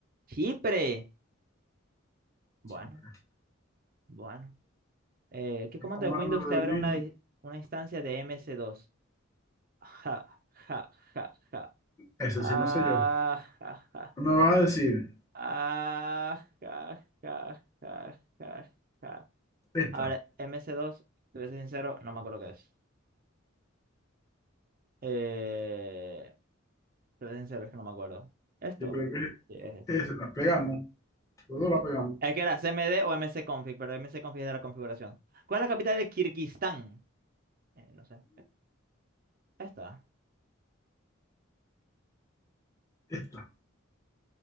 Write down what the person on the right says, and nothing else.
Chipre. Bueno,
bueno. Eh, ¿qué
comando
de Windows te
abre
una, dis- una instancia de ms dos <laughs> Ja, ja, ja, ja.
Ah,
ja, ja.
Ah, ja, ja, ja, ja, ja.
A ver, mc dos te voy a ser sincero, no me acuerdo qué es. Eh, te voy a ser sincero, es que no me acuerdo. ¿Esto?
Sí, es esto.
Es que era CMD o M C config pero M C config es de la configuración. ¿Cuál es la capital de Kirguistán? Eh, no sé. Esta.